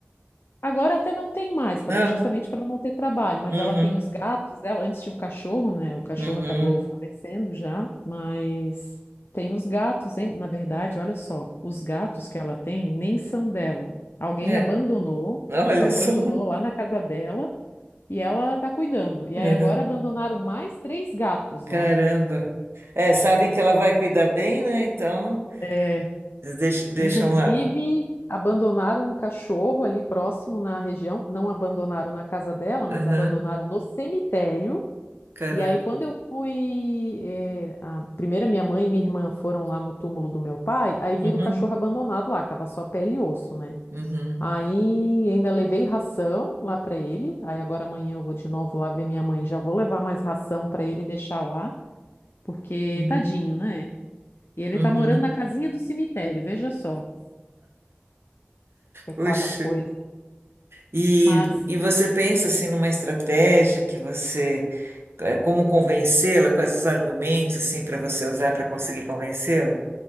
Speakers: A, on the left (about 70°); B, on the right (about 80°).
A: Agora até não tem mais, pra,
B: <laughs> não?
A: justamente para não ter trabalho, mas
B: Uhum,
A: ela tem os gatos dela. Antes tinha um cachorro, né? O cachorro
B: uhum.
A: acabou falecendo já, mas tem os gatos, hein? Na verdade, olha só, os gatos que ela tem nem são dela. Alguém
B: É,
A: abandonou,
B: olha
A: abandonou
B: só.
A: lá na casa dela e ela tá cuidando. E
B: Uhum.
A: aí agora abandonaram mais três gatos
B: Caramba.
A: lá.
B: É, sabem que ela vai cuidar bem, né? Então,
A: É,
B: deixa- deixam
A: inclusive,
B: lá.
A: abandonaram um cachorro ali próximo na região. Não abandonaram na casa dela,
B: Uhum.
A: mas abandonaram no cemitério.
B: Caramba.
A: E aí, quando eu fui, eh, a primeira minha mãe e minha irmã foram lá no túmulo do meu pai, aí viram
B: Uhum,
A: o cachorro abandonado lá, que tava só pele e osso, né?
B: uhum,
A: Aí ainda levei ração lá pra ele. Aí agora amanhã eu vou de novo lá ver minha mãe, já vou levar mais ração pra ele deixar lá, porque
B: uhum,
A: tadinho, né? E ele
B: uhum.
A: tá morando na casinha do cemitério, veja só. É cada
B: Puxa.
A: coisa.
B: E,
A: Mas
B: e você pensa assim numa estratégia que você, eh, como convencê-la, quais os argumentos assim para você usar para conseguir convencê-la?